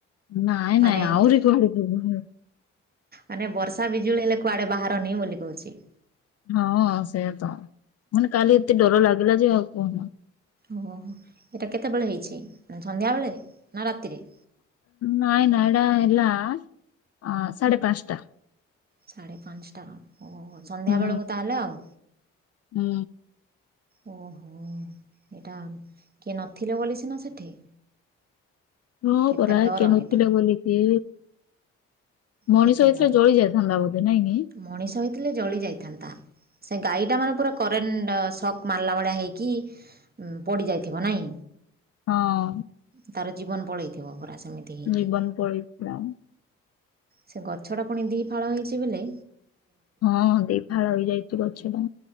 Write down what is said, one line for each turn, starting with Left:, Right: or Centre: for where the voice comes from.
Left: ନାଇଁ
Right: ମାନେ
Left: ନାଇ
Right: ଏମିତି
Left: ଆହୁରି ଜୋରେ <unintelligible>
Right: ମାନେ ବର୍ଷା ବିଜୁଳି ହେଲେ କୁଆଡେ ବାହାରନି ବୋଲି କହୁଛି।
Left: ହଁ ସେଆତ ମାନେ କାଲି ଏତେ ଡର ଲାଗିଲା ଯେ ଆଉ କୁହନା?
Right: ଓହ ଏଇଟା କେତେବେଳେ ହେଇଛି ସନ୍ଧ୍ୟାବେଳେ ନା ରାତିରେ?
Left: ନାଇଁ ନାଇ ଏଡ଼ା ହେଲା ଅ ସାଢ଼େ ପାଞ୍ଚଟା।
Right: ସାଢ଼େ ପାଞ୍ଚଟା ଓ ସନ୍ଧ୍ୟାବେଳକୁ
Left: ହୁଁ
Right: ତାହେଲେ ଆଉ।
Left: ହୁଁ।
Right: ଓହୋ ଏଇଟା କିଏ ନଥିଲେ ବୋଲି ସିନା ସେଠି।
Left: ହଁ
Right: କେତେ
Left: ପରା
Right: ଡର
Left: କିଏ ନଥିଲେ
Right: ଏଇଟା
Left: ବୋଲି ଏ ମଣିଷ
Right: କେତେ
Left: ହୋଇଥିଲେ
Right: ଡର
Left: ଜଳି ଯାଇଥାନ୍ତା ବୋଧେ ନାଇଁ କିି?
Right: ମଣିଷ ହେଇଥିଲେ ଜଳି ଯାଇଥାନ୍ତା ସେ ଗାଈ ଟା ମାନେ ପୁରା କରେଣ୍ଟ ସକ୍ ମାରିଲା ଭଳିଆ ହେଇକି ପଡି ଯାଇଥିବ ନାଇ?
Left: ହଁ।
Right: ତାର ଜୀବନ ପଳେଇଥିବ ପୁରା ସେମିତି ହେଇକି।
Left: ଜୀବନ ପଳେଇଥିଲା
Right: ସେ ଗଛଟା ପୁଣି ଦୁଇ ଫାଳ ହୋଇଛି ବୋଲେ।
Left: ହଁ ଦି ଫାଳ ହେଇଯାଇଛି ଗଛ ଟା।